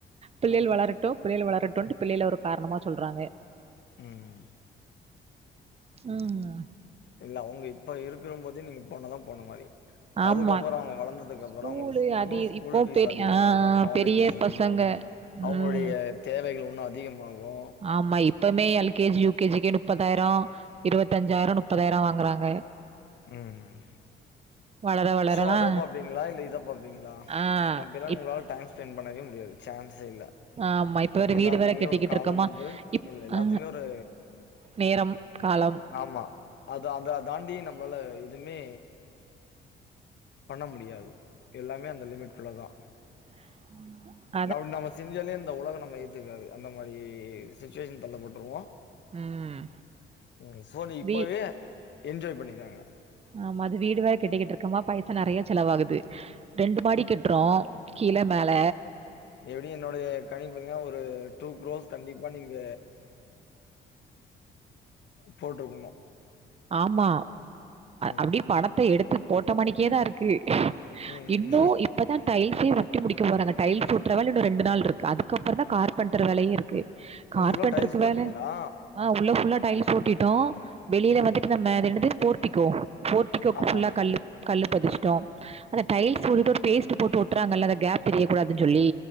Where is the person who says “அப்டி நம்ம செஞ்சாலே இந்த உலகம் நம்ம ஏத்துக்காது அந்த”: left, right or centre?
Left